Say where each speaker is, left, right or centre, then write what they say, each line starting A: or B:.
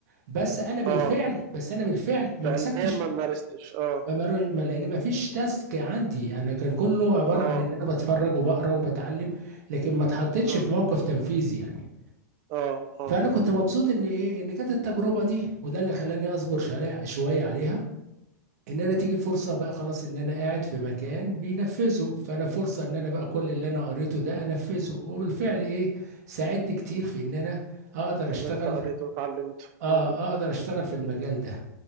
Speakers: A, on the right; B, on the right.
A: بس انا بالفعل
B: اه
A: بس انا بالفعل ما
B: فعليا
A: مسكتش
B: ما مارستش اه
A: ما مر- ما- لان ما فيش تاسك عندي انا كان كله عباره
B: اه
A: عن ان انا
B: اه
A: بتفرج وبقرا وبتعلم لكن ما اتحطيتش
B: اه
A: في موقف تنفيذي يعني
B: اه اه
A: فانا كنت مبسوط ان ايه ان جت التجربه دي وده اللي خلاني اصبر شويه شويه عليها ان انا تيجي فرصه بقى خلاص ان انا قاعد في مكان بينفذه فانا فرصه ان انا بقى كل اللي انا قريته ده انفذه وبالفعل ايه ساعدني كتير في ان انا اقدر اشتغل
B: اللي انت قريته وتعلمته
A: اه
B: اه
A: اقدر اشتغل في المجال ده